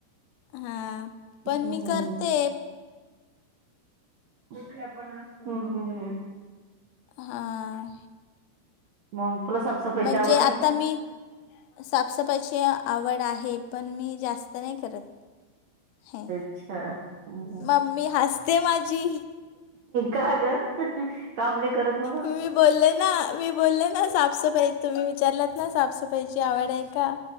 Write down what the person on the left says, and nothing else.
हा पण
मी करते.
हां
म्हणजे आता
मी साफसफाईची आवड आहे पण मी जास्त नाही करत हे.
मम्मी हसते माझी
मी बोलले ना मी बोलले ना साफसफाई तुम्ही विचारलात ना साफसफाईची आवड आहे का